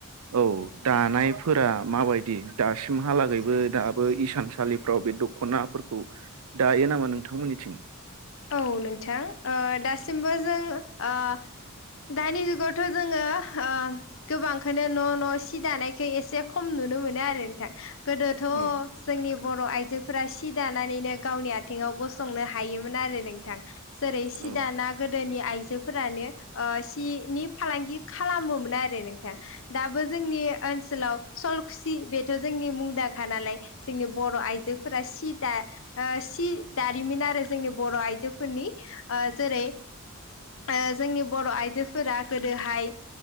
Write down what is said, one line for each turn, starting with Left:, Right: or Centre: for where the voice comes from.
Right: औ। दानायफोरा माबायदि दासिमहालागैबो दाबो इसानसालिफ्राव बे दख'ना। फोरखौ दायो नामा नोंथांमोननिथिं
Left: औ नोंथां ओ दासिमबोओ जों ओ। दानि जुगावथ' जोङो ओ गोबांखौनो न' न' सि दानायखौ एसे खम नु नुनो मोनो आरो नोंथां गोदोथ'
Right: औ
Left: जोंनि बर' आइजोफोरा सि दानानैनो गावनि आथिङाव गसंनो हायोमो न आरोनोंथां जैरै सि
Right: औ
Left: दाना गोदोनि आइजो। जोफोरानो ओ सिनि फालांगि खालामोमोन आरो नोंथां दाबो जोंनि ओ ओनसोलाव सलखुसि बेथ' जोंनि मुंदांखा नालाय जोंनि बर' आइजोफोरा सिदा ओ सि दारिमिन आरो जोंनि बर' आइजोफोरनि ओ जेरै ओ जोंनि बर' आइजोफोरा गोदोहाय